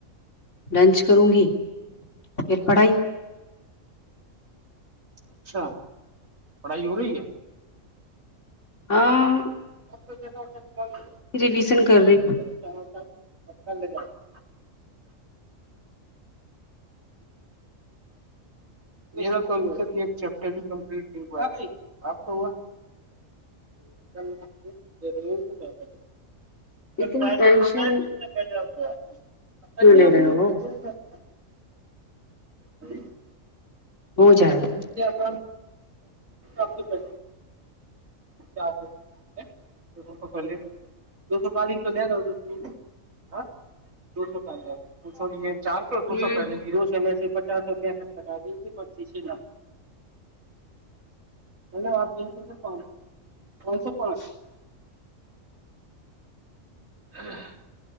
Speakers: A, on the left; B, on the right.
A: لنچ کروں گی پھر پڑھائی
B: اچھا پڑھائی ہو رہی ہے
A: ہاں
B: م توا سے ایک بند ہو
A: ریویژن کر رہی
B: س متلے جا <unintelligible> میرا تو ابھی تک ایک چیپٹر بھی کمپلیٹ نہیں ب آپ کو پس
A: اتنی
B: ٹائلٹ
A: ٹینشن
B: بنا ہے کتنا خجاب گ
A: کیوں
B: ے
A: لے
B: آپ
A: رہے
B: <unintelligible>
A: ہو ہو جائے گا
B: د آپ کے کر سوو تو تو پہلے دو سو پالی سو لے جاؤ دو سو دو سو پالی لاؤ دو سو یہ چار سو
A: ہوں
B: سو دو سو پہلے ر س میں سے پچاس سو پینسھ کرتا دی ت پچیس ہزاک ملب آپ ل کو سے پانچ کون سو پانچ
A: <inaudible>
B: ہاں